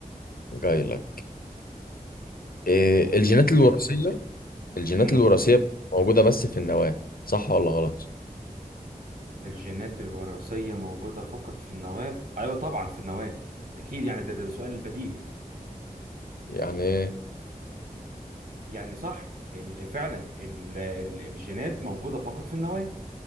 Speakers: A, on the left (about 80°); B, on the right (about 80°).
A: جاي لك إيه
B: قول
A: الجينات
B: يا باشا
A: الوراثية الجينات
B: امم
A: الوراثية موجودة بس في النواة صح ولا غلط
B: الجينات الوراثية موجودة فقط في النواة أيوه طبعا في النواة أكيد يعني ده ده, ده سؤال بديهي
A: يعني إيه؟
B: يعني صح ال- فعلا ال- ال- الجينات موجودة فقط في النواة